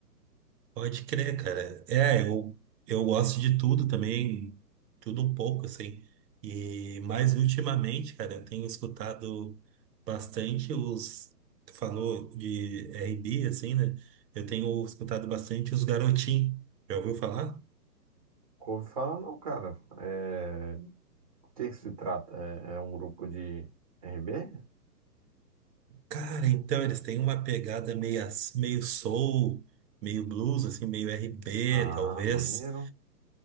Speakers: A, on the right; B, on the right.
A: Pode crer, cara. É, eu, eu gosto de tudo também, tudo um pouco, assim. E mais ultimamente, cara, eu tenho escutado bastante os. Tu falou de R&B, assim, né? Eu tenho escutado bastante os Garotim. Já ouviu falar?
B: Couve fala, não, cara. É... O que que se trata? É, é um grupo de RB?
A: Cara, então eles têm uma pegada meio, ass- meio soul, meio blues, assim, meio R&B,
B: Ah,
A: talvez.
B: maneiro.